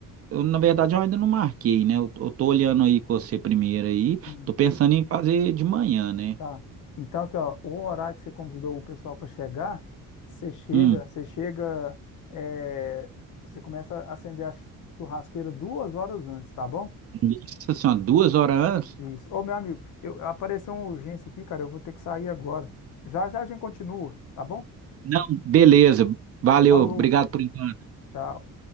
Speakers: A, on the right; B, on the left.
A: Eu, na verdade, eu ainda não marquei, né? Eu, eu tô olhando aí com você primeiro aí.
B: Hum.
A: Tô pensando em fazer de manhã, né?
B: Tá. Então, aqui, ó, o horário que você convidou o pessoal para chegar, você chega,
A: Hum.
B: você chega, é, você começa a acender a churrasqueira duas horas antes, tá bom?
A: Nossa senhora, duas horas antes?
B: Isso. Ô, meu amigo, eu, apareceu uma urgência aqui, cara, eu vou ter que sair agora. Já já a gente continua, tá bom?
A: Não, beleza. Valeu,
B: Falou,
A: obrigado por enquanto.
B: tchau.